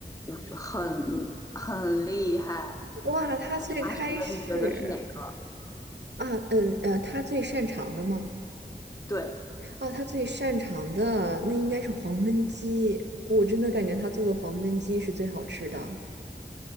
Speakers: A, on the left (about 20°); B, on the right (about 80°).
A: 我觉得很很厉害。
B: 哇，他最开始
A: 拿手的你觉得是哪个？
B: 啊，嗯呃，他最擅长的吗？
A: 对，
B: 啊，他最擅长的那应该是黄焖鸡，我真的感觉他做的黄焖鸡是最好吃的。